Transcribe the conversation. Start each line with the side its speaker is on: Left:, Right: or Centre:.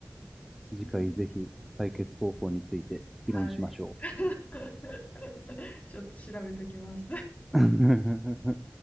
Centre: 次回ぜひ解決方法について議論しましょ
Left: ね、はい。<laughs> ちょっと調べときます。
Centre: う。<laughs>